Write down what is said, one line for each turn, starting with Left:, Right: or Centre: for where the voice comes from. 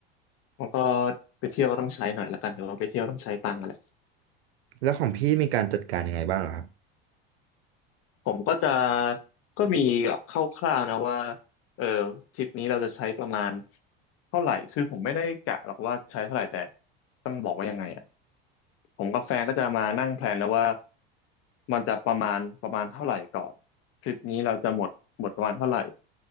Left: มันก็ไปเที่ยวก็ต้องใช้หน่อยละกันหือว่าไปเที่ยวต้องใช้ตังค์อะไร
Right: แล้วของพี่มีการจัดการยังไงบ้างเหรอครับ
Left: ผมก็จะก็มีแบบคร่าวๆนะว่าเออทริปนี้เราจะใช้ประมาณเท่าไหร่คือผมไม่ได้กะหรอกว่าใช้เท่าไหร่แต่ต้องบอกว่ายังไงอะ ผมกับแฟนก็จะมานั่งแพลนแล้วว่ามันจะประมาณประมาณเท่าไหร่ก่อนทริปนี้เราจะหมดหมดประมาณเท่าไหร่